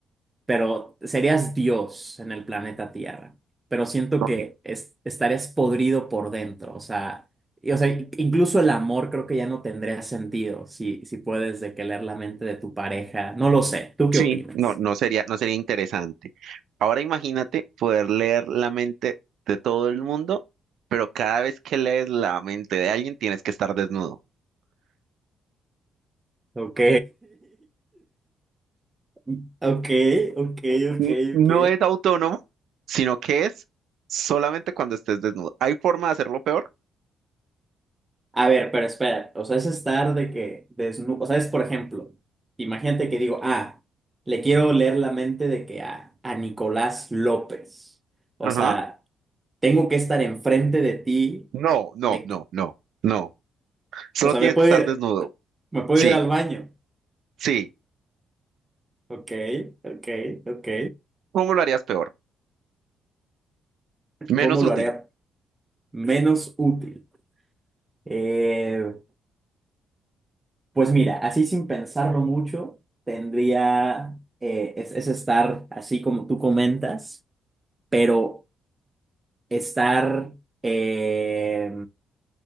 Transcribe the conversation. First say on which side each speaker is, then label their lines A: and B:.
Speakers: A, on the right; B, on the right.
A: pero serías Dios en el planeta Tierra. Pero siento
B: Ok.
A: que es- estarías podrido por dentro, o sea, y- o sea, incluso el amor creo que ya no tendría sentido si, si puedes de que leer la mente de tu pareja. No lo sé, ¿tú
B: Sí,
A: qué opinas?
B: no, no sería, no sería interesante. Ahora imagínate poder leer la mente de todo el mundo, pero cada vez que lees la mente de alguien tienes que estar desnudo.
A: Ok, <laughs> ok, ok, ok,
B: N- No
A: ok.
B: es autónomo, sino que es solamente cuando estés desnudo. ¿Hay forma de hacerlo peor?
A: A ver, pero espera, o sea, es estar de que desnudo, o sea, es por ejemplo, imagínate que digo, ah, le quiero leer la mente de que a, a Nicolás López. O
B: Ajá.
A: sea, tengo que estar enfrente de ti,
B: No, no,
A: de
B: no,
A: que-
B: no, no. Solo
A: o sea,
B: tienes
A: me puedo
B: que estar
A: ir,
B: desnudo.
A: me puedo
B: Sí,
A: ir al baño.
B: sí.
A: Ok, ok, ok.
B: ¿Cómo lo harías peor? Menos
A: ¿Cómo
B: útil.
A: lo haré menos útil? Eh, pues mira, así sin pensarlo mucho, tendría, eh, es, es estar así como tú comentas, pero estar, eh,